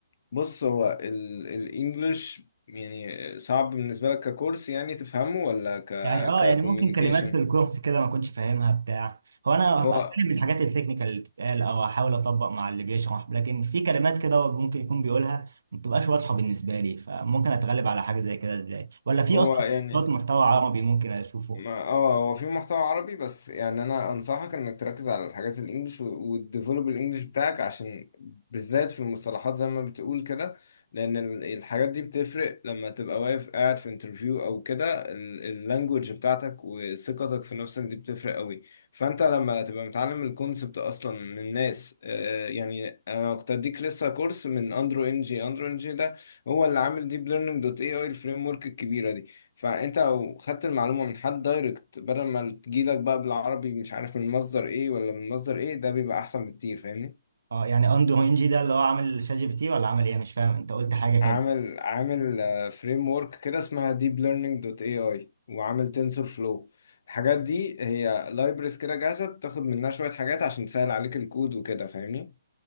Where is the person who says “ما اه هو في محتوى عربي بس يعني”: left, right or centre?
Left